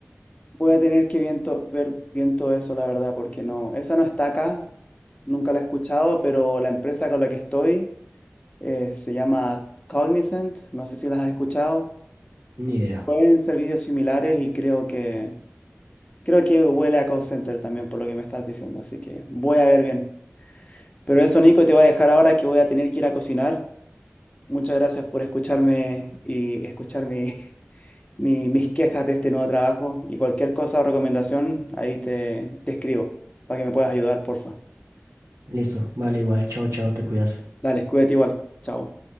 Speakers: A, on the left (about 25°); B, on the right (about 80°).
A: Voy a tener que viento, ver bien todo eso, la verdad, porque no, esa no está acá, Nunca la he escuchado, pero la empresa con la que estoy eh, se llama Cognizant. No sé si las has escuchado.
B: Ni idea.
A: Pueden servicios similares y creo que creo que huele a call center también por lo que me estás diciendo, así que voy a ver bien. Pero eso, Nico, te voy a dejar ahora que voy a tener que ir a cocinar. Muchas gracias por escucharme y escuchar mi- <laughs> mi- mis quejas de este nuevo trabajo y cualquier cosa o recomendación, ahí te, te escribo para que me puedas ayudar, porfa.
B: Listo, vale, igual, chao, chao, te cuidas.
A: Dale, cuídate igual. Chao.